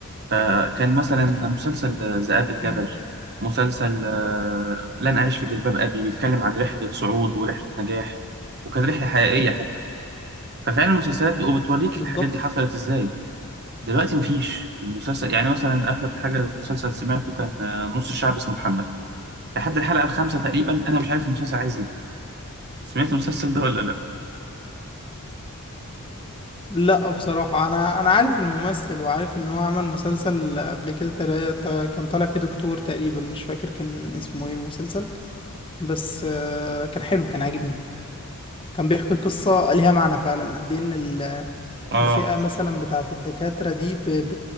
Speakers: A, on the right (about 50°); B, on the left (about 25°).
A: فكان مثلا مسلسل ذئاب الجبل
B: مم.
A: مسلسل آه لن اعيش في جلباب ابي بيتكلم عن رحله صعود ورحله نجاح وكانت رحله حقيقيه حتى ففعلا المسلسلات دي وبتوريك
B: بالظبط
A: الحاجات دي حصلت ازاي دلوقتي مفيش المسلسل يعني مثلا اخر حاجه مسلسل سمعته كان آه، نص الشعب اسمه محمد لحد الحلقه الخامسه تقريبا انا مش عارف المسلسل عايز ايه سمعت المسلسل ده ولا لا
B: لا بصراحة أنا أنا عارف الممثل وعارف إن هو عمل مسلسل قبل كده تلا- تا- كان طالع فيه دكتور تقريبا مش فاكر كان اسمه إيه المسلسل بس آه، كان حلو كان عاجبني كان بيحكي قصة ليها معنى فعلا قد إيه إن ال-
A: اه
B: الفئة مثلا بتاعة الدكاترة دي ب... ب...